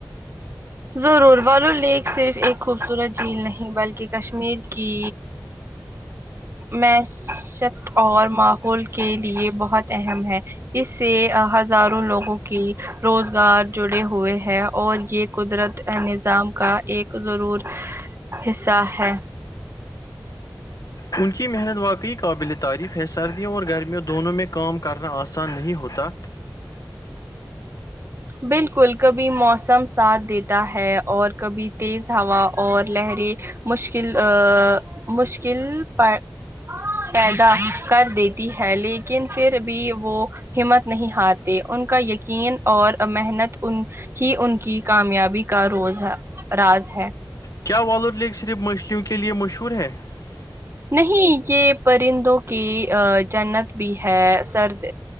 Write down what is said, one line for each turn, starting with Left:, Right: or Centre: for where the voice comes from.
Right: ضرور والو لییک صرف ایک خوبصورت جھیل نہیں بلکہ کشمیر کی معیشت اور ماحول کے لیے بہت اہم ہے اس سے ہزاروں لوگوں کی روزگار جڑے ہوئے ہے اور یہ قدرت نظام کا ایک ضرور حصہ ہے
Left: ان کی محنت واقعی قابل تعریف ہے سردیوں اور گرمیوں دونوں میں کام کرنا آسان نہیں ہوتا
Right: بالکل کبھی موسم ساتھ دیتا ہے اور کبھی تیز ہوا اور لہریں مشکل ا مشکل پ پیدا کر دیتی ہے لیکن پھر بھی وہ ہمت نہیں ہارتے ان کا یقین اور محنت ان ہی ان کی کامیابی کا روز راز ہے
Left: کیا والور لیگ صرف مچھلیوں کے لیے مشہور ہے ہ
Right: نہیں یہ پرندوں کی ا جنت بھی ہے سرد